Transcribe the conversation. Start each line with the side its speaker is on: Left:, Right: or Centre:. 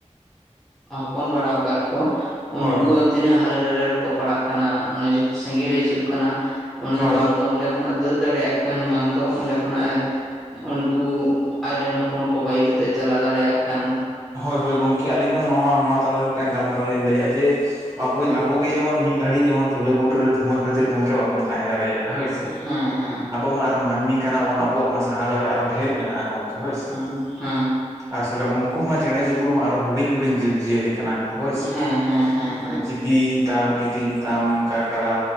Centre: ᱦᱚᱯᱚᱱ ᱵᱟᱲᱟᱣ ᱠᱟᱫ ᱠᱚ, ᱩᱱᱠᱩ
Right: ᱦᱳᱭ
Centre: ᱛᱤᱱᱟᱹᱜ ᱦᱟᱞᱮ ᱰᱟᱨᱮ ᱨᱮᱠᱚ ᱯᱟᱲᱟᱜ ᱠᱟᱱᱟ ᱩᱱᱤ ᱡᱚ ᱥᱮᱸᱜᱮᱞᱮ ᱦᱤᱡᱩᱜ ᱠᱟᱱᱟ ᱩᱱᱤ
Right: ᱦᱳᱭ
Centre: ᱫᱚ ᱵᱟᱝ ᱫᱚ ᱚᱸᱰᱮ ᱠᱷᱚᱱᱟᱜ ᱮ ᱫᱟᱹᱲ ᱫᱟᱲᱮᱭᱟᱜ ᱠᱟᱱ ᱵᱟᱝ ᱫᱚ ᱚᱸᱰᱮ ᱠᱷᱚᱱᱟᱜ ᱮ ᱩᱱᱠᱩ ᱟᱡ ᱨᱮᱱ ᱦᱚᱯᱚᱱ ᱠᱚ ᱵᱟᱹᱜᱤ ᱠᱟᱛᱮᱜ ᱮ ᱪᱟᱞᱟᱣ ᱫᱟᱲᱮᱭᱟᱜ ᱠᱟᱱ
Right: ᱦᱳᱭ ᱦᱳᱭ ᱜᱚᱝᱠᱮ ᱟᱹᱞᱤᱧ ᱦᱚᱸ ᱱᱚᱣᱟ ᱱᱚᱣᱟ ᱛᱟᱞᱟᱨᱮ ᱢᱤᱫᱴᱟᱝ ᱜᱟᱞᱢᱟᱨᱟᱣ ᱞᱤᱧ ᱞᱟᱹᱭᱮᱫᱼᱟ ᱡᱮ ᱟᱵᱚᱭ
Centre: ᱦᱮᱸ
Right: ᱟᱵᱚ ᱡᱮᱢᱚᱱ ᱢᱤᱫ ᱜᱷᱟᱹᱲᱤᱡ ᱡᱮᱢᱚᱱ ᱪᱩᱞᱟᱹ ᱵᱩᱴᱟ. ᱨᱮ ᱫᱷᱩᱣᱟᱹ ᱠᱷᱟᱹᱛᱤᱨ ᱜᱚᱝᱠᱮ ᱵᱟᱵᱚᱱ ᱛᱟᱦᱮᱸ ᱫᱟᱲᱮᱭᱟᱜᱼᱟ ᱦᱳᱭ ᱥᱮ
Centre: ᱦᱮᱸ ᱦᱮᱸ
Right: ᱟᱵᱚ ᱢᱟ ᱟᱨᱚ ᱢᱟᱹᱱᱢᱤ ᱠᱟᱱᱟ ᱵᱚᱱ ᱟᱵᱚᱣᱟᱜ ᱢᱟ ᱥᱟᱦᱟᱣ ᱫᱟᱲᱮ ᱟᱨᱚ ᱰᱷᱮᱨ ᱢᱮᱱᱟᱜᱼᱟ ᱜᱚᱢᱠᱮ ᱦᱳᱭ ᱥᱮ,
Centre: ᱦᱮᱸ ᱦᱮᱸ᱾
Right: ᱟᱥᱚᱞᱮ ᱩᱱᱠᱩ ᱢᱟ ᱪᱮᱬᱮ ᱪᱤᱯᱲᱩ ᱢᱟ ᱟᱨᱚ ᱦᱩᱰᱤᱧ ᱦᱩᱰᱤᱧ ᱡᱤᱵᱽ ᱡᱤᱭᱟᱹᱞᱤ ᱠᱟᱱᱟ ᱦᱳᱭ ᱥᱮ
Centre: ᱦᱮᱸ ᱦᱮᱸ ᱦᱮᱸ ᱦᱮᱸ
Right: ᱢᱟᱱᱮ ᱵᱤᱧ ᱛᱟᱢ ᱠᱤᱫᱤᱧ ᱛᱟᱢ ᱠᱟᱠᱲᱟ